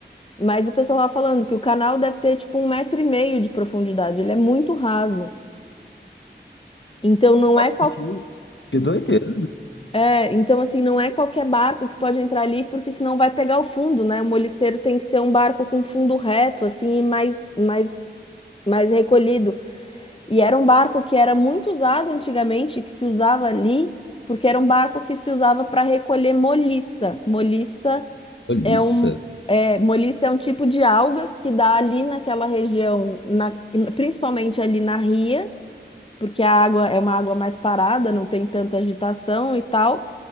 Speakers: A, on the left; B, on the left.
A: mas o pessoal lá falando que o canal deve ter tipo um metro e meio de profundidade, ele é muito raso. Então não
B: Nossa,
A: é qual
B: que, que doideira.
A: É, então assim, não é qualquer barco que pode entrar ali, porque senão vai pegar o fundo, né? O moliceiro tem que ser um barco com fundo reto, assim, e mais, mais, mais recolhido. E era um barco que era muito usado antigamente, que se usava ali, porque era um barco que se usava para recolher moliça. Moliça
B: Olhiça.
A: é um, é, moliça é um tipo de alga que dá ali naquela região, na- principalmente ali na ria porque a água é uma água mais parada, não tem tanta agitação e tal,